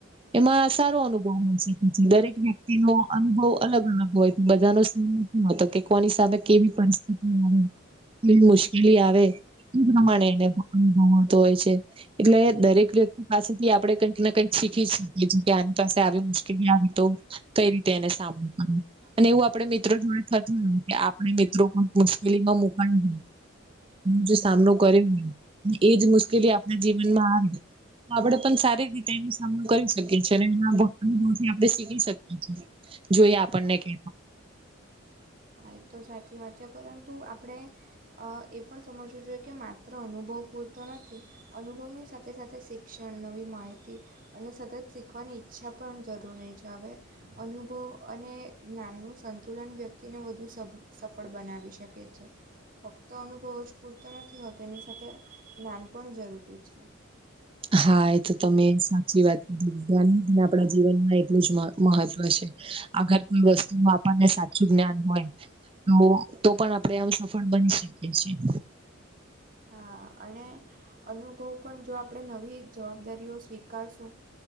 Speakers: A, on the right; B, on the right.
A: એમાં સારો અનુભવ <unintelligible> <inaudible> દરેક વ્યક્તિનો અનુભવ અલગ- અલગ હોયતો બધાનો સીન નથી હોતો કે કોની સાથે કેવી પરિસ્થિતિ આવે કેવી મુશ્કેલી આવે એ પ્રમાણે એ ને મળતું હોય છે. એટલે દરેક વ્યક્તિ પાસેથી આપડે કંઈક ને કંઈક શીખી શકીએ કે આની પાસે આવી મુશ્કેલી આવી તો કંઈ રીતે એને સામનો કરો અને એવું આપડે મિત્રો જોડે થતું હોયને કે આપણે મિત્રો મુશ્કેલીમાં મુકાઈ જે સામનો કર્યો એજ મુશ્કેલી આપણા જીવનમાં આવે તો આપડે પણ સારી રીતે એનો સામનો કરી શકીએ છીએ અને ના હોય થી આપણે શીખી શકીએ છીએ જોઈએ આપણને કે
B: એતો સાચી વાત છે પરંતુ આપણે અ પણ સમજવું જોઈએ કે માત્ર અનુભવ પૂરતો નથી, અનુભવની સાથે સાથે શિક્ષણ નવી માહિતી અને સતત શીખવાની ઈચ્છા પણ જરૂર હોય છે હવે અનુભવ અને જ્ઞાનનું સંતુલન વ્યક્તિને વધુ નું સફળ બનાવી શકે છે, ફક્ત અનુભવો જ પૂરતો નથી હોતો એની સાથે જ્ઞાન પણ જરૂરી છે.
A: હા એતો તમે સાચી વાત કઈ વિધ્ન આપણા
B: હા
A: જીવનમાં એટલું જ મહ મહત્વ છે, આગળ કોઈ વસ્તુનું આપણને સાચું જ્ઞાન હોય તો તો પણ આપણે આમ સફળ બની શકીએ છીએ.
B: હા અને અનુભવ પણ જો આપણે નવી જવાબદારીઓ સ્વીકારશું.